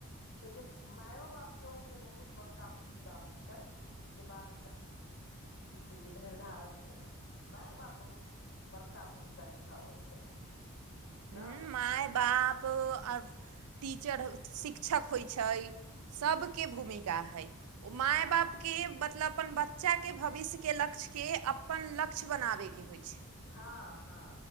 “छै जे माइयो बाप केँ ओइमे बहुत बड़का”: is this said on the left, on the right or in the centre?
Left